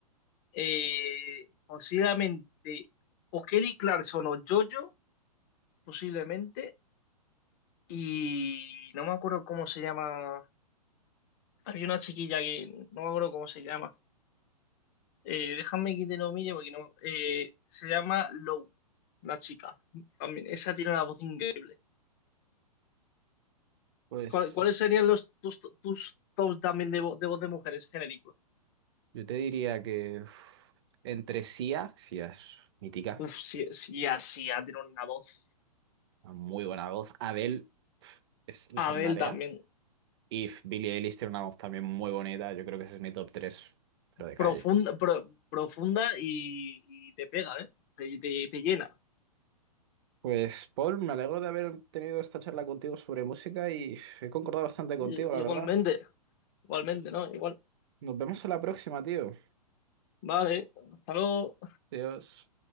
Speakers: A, on the left; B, on the right.
A: eh, posiblemente o Kelly Clarkson o Jojo, posiblemente, y no me acuerdo cómo se llama. Había una chiquilla que no me acuerdo cómo se llama. Eh, déjame que te lo mire porque no. eh, se llama Low, la chica. También, esa tiene una voz increíble.
B: Pues
A: ¿Cuál- ¿Cuáles serían los tus, tus tops también de, vo- de voz de mujeres genéricos?
B: yo te diría que uf, entre Sia, Sia es mítica,
A: Uf, sí, sí, así, tiene una voz.
B: una muy buena voz. Adele pf, es legendaria.
A: Adele también.
B: If, Billie Eilish tiene una voz también muy bonita. Yo creo que ese es mi top 3, pero de calle.
A: profunda, pro- profunda y, y te pega, ¿eh? Te, te- te llena.
B: Pues, Paul, me alegro de haber tenido esta charla contigo sobre música y he concordado bastante
A: I-
B: contigo, la
A: Igualmente,
B: verdad.
A: igualmente, ¿no? Igual.
B: Nos vemos en la próxima, tío.
A: Vale, hasta luego.
B: Adiós.